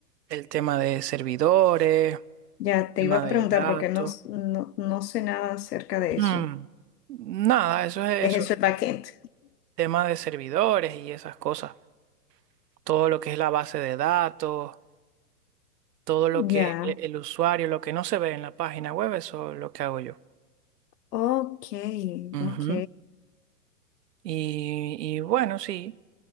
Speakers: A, on the right (about 80°); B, on the left (about 80°).
A: el tema de servidores,
B: Ya te
A: Tema
B: iba a
A: de
B: preguntar
A: datos.
B: porque no, s- no, no sé nada acerca de
A: Mm,
B: eso.
A: Nada, eso es
B: ¿Es
A: eso.
B: eso el backend?
A: Tema de servidores y esas cosas. Todo lo que es la base de datos, todo lo que
B: Ya,
A: e- el usuario, lo que no se ve en la página web, eso es lo que hago yo.
B: ok,
A: Ujú.
B: ok.
A: Y, y bueno, sí,